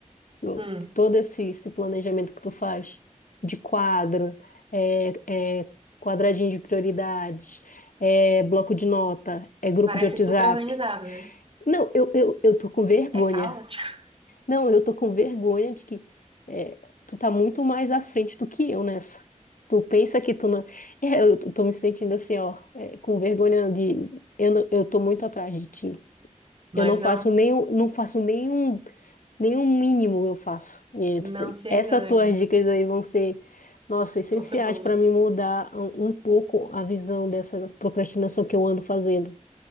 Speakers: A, on the left; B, on the right.
A: eu-
B: Hum,
A: todo esse, esse planejamento que tu faz de quadro, é, é quadradinho de prioridades, é bloco de nota, é grupo
B: parece
A: de WhatsApp.
B: super organizado, né?
A: Não, eu, eu, eu tô com vergonha.
B: É caótico,
A: Não, eu tô com vergonha de que é, tu tá muito mais à frente do que eu nessa. Tu pensa que tu não. <laughs> É, eu tô tô me sentindo assim, ó, é, com vergonha de. Eu, não- eu tô muito atrás de ti.
B: <laughs> mas
A: Eu não faço
B: não,
A: nenhum, não faço nenhum, nenhum mínimo eu faço. E
B: não
A: tu tem-
B: se
A: essas
B: engane.
A: tuas dicas aí vão ser, nossa, essenciais
B: não foi boa.
A: para me mudar um, um pouco a visão dessa procrastinação que eu ando fazendo.